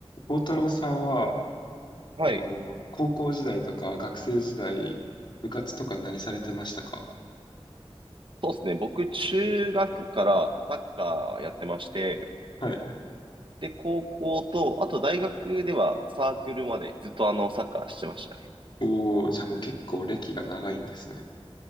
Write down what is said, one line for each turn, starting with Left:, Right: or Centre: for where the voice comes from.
Left: 孝太郎さんは、
Right: はい。
Left: あの、高校時代とか学生時代、部活とか何されてましたか
Right: そうですね。僕、中学からサッカーやってまして、
Left: はい。
Right: で、高校と、あと大学ではサークルまでずっとあの、サッカーしてましたね。
Left: おー、じゃあもう結構歴が長いんですね。